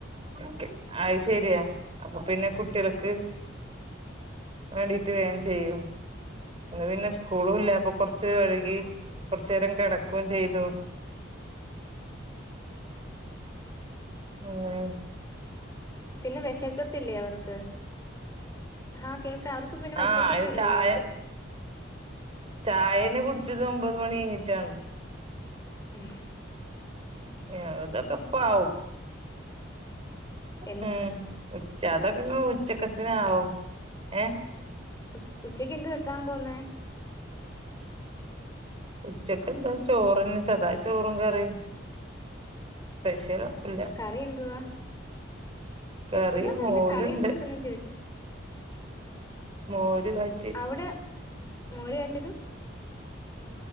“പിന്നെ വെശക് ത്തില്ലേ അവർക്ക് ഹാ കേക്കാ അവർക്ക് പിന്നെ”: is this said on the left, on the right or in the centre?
Left